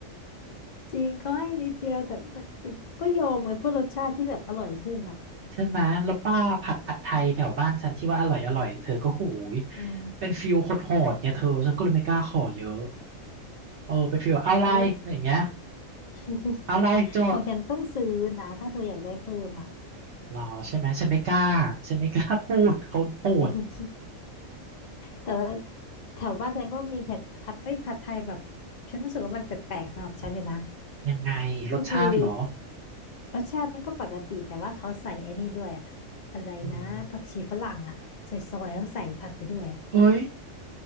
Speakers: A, on the left; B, on the right.
A: จริงเขาให้นิดเดียวแต่มันแต่ก็โยมไงเพื่อรสชาติที่แบบอร่อยขึ้นอ่ะ
B: ใช่ไหมแล้วป้าผัดผัดไทยแถวบ้านฉันที่ว่าอร่อยอร่อยเธอก็หูย
A: อืม
B: เป็นฟิลโหดๆเนี่ยเธอฉันก็เลยไม่กล้าขอเยอะ เออเป็นฟิลว่าเอาอะไรอะไรอย่างเงี้ย
A: เอ้ย <laughs>
B: เอาอะไรโจทย์
A: ของฉันต้องซื้อนะถ้าเธออยากได้เพิ่มอ่ะ
B: เหรอใช่ไหมฉันไม่กล้าฉันไม่กล้าพูดเขาโหด
A: <laughs> แต่ว่าแถวบ้านฉันก็มีเผ็ดผัดเอ้ยผัดไทยแบบฉันรู้สึกว่ามันแปลกๆสำหรับฉันอยู่นะ
B: ยังไงรสชาติเหรอ
A: ก็คือรสชาติมันก็ปกติแต่ว่าเขาใส่ไอ้นี่ด้วยอะอะไรนะผักชีฝรั่งอะใส่ซอยแล้วใส่ผัดไปด้วยอะ
B: อืมเอ้ย